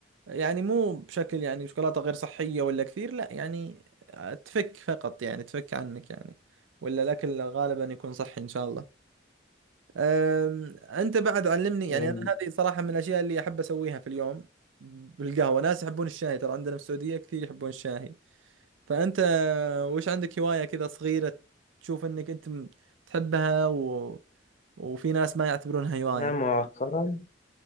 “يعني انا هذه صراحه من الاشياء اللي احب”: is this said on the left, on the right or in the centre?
Right